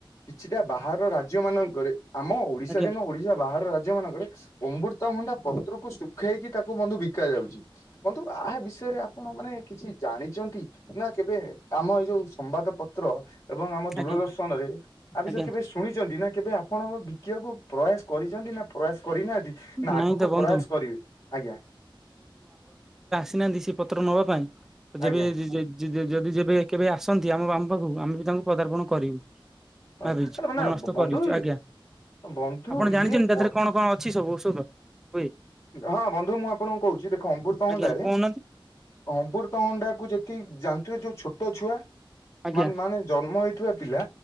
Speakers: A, on the left (about 35°); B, in the centre.
A: କିଛିଟା ବାହାର ରାଜ୍ୟ ମାନଙ୍କରେ ଆମ ଓଡିଶାରେ
B: ଆଜ୍ଞା
A: ନୁହଁ ଓଡ଼ିଶାର ବାହାର ରାଜ୍ୟ ମାନଙ୍କରେ ଅମୃତଭଣ୍ଡା ପତ୍ରକୁ ଶୁଖେଇକି ତାକୁ ବନ୍ଧୁ ବିକା ଯାଉଛି। ବନ୍ଧୁ ଆ ବିଷୟରେ ଆପଣ ମାନେ କିଛି ଜାଣିଛନ୍ତି ନା କେବେ ଆମ ଏଇ ଯୋଉ ସମ୍ବାଦ ପତ୍ର ଏବଂ ଆମ ଦୂରଦର୍ଶନ
B: ଆଜ୍ଞା
A: ରେ ଆ ବିଷୟରେ
B: ଆଜ୍ଞା
A: କେବେ ଶୁଣିଛନ୍ତି ନା କେବେ ଆପଣ ବିକିବାକୁ ପ୍ରୟାସ କରିଛନ୍ତି ନା ପ୍ରୟାସ କରିନାହାନ୍ତି ନା
B: ନାଇଁ
A: ଆଗକୁ
B: ତ ବନ୍ଧୁ
A: ପ୍ରୟାସ କରିବେ ଆଜ୍ଞା।
B: ନାହାନ୍ତି ସେ ପତ୍ର ନବା ପାଇଁ ଯେବେ
A: ଆଜ୍ଞା
B: ଯଦି ଯେବେ କେବେ ଆସନ୍ତି ଆମ ବାମ ପାଖକୁ ଆମେ ବି ତାଙ୍କୁ ପଦାର୍ପଣ କରିବୁ।
A: ହଉ
B: ଭାବିଛୁ
A: ତାହେଲେ ନା
B: ବନସ୍ତ
A: ବନ୍ଧୁ
B: କରିଛୁ ଆଜ୍ଞା
A: ବନ୍ଧୁ
B: ଆପଣ ଜାଣିଛନ୍ତି
A: ଇଏ
B: ତା
A: ପ
B: ଦେହରେ କଣ କଣ ଅଛି? ସବୁ ଔଷଧ? ହୁଏ
A: ହଁ ବନ୍ଧୁ ମୁଁ ଆପଣଙ୍କୁ କହୁଛି ଦେଖ ଅମୃତଭଣ୍ଡାରେ
B: ଆଜ୍ଞା କହୁନାହାନ୍ତି
A: ଅମୃତଭଣ୍ଡା କୁ ଯେତିିକି ଜାଣିଥିବେ ଯୋଉ ଛୋଟ ଛୋଟ ଛୁଆ
B: ଆଜ୍ଞା
A: ମା-ମାନେ ଜନ୍ମ ହେଇଥିବା ପିଲା